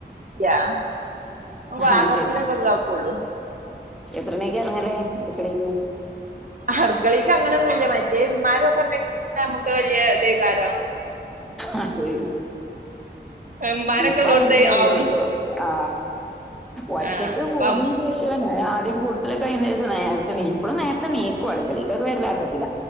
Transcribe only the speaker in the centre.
അഹ്
എത്രണിക്ക് ഇറങ്ങല്ലേ അടുക്കലെക്ക്
ആ ശരി
ഇപ്പം
അങ്ങനത്തന്നല്ലോ
അടത്തോ ആ ഒറ്റക്ക്
പോണിന് ശേഷ ആദ്യം കുടുതലൊക്കെ കൈന് ശേഷം നേരത്തെണിക്കും ഇപ്പഴും നേരത്തെ ണിക്കും അടുക്കലേയിക്ക് ഇപ്പോ വീട്ടിലാരുണിക്കത്തില്ല